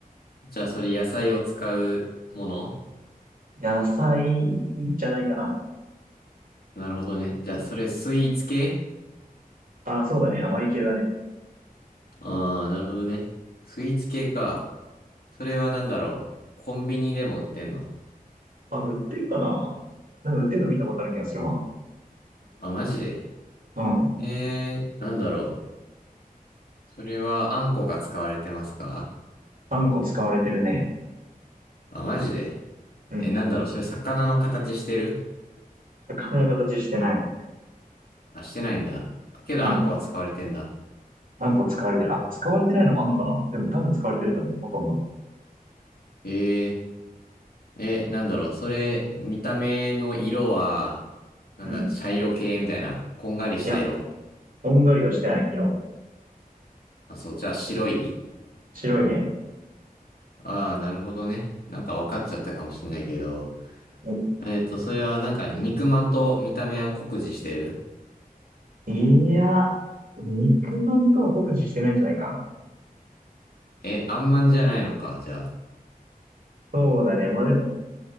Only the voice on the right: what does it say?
野菜じゃないかな。
あ、そうだね。甘い系だね。
あ、売ってるかななんか売ってるの見たことある気がするわ。
うん。
あんこ使われてるね。
うん。
体の形してない。
うん。
あんこ使われてる。あ、使われてないのもあんのかなでも多分使われてると思う。ほとんど。
うん。
いや、こんがりはしてない色。
白いね。
お
いや、肉眼とは酷似してないんじゃないか。
そうだね。まあでも、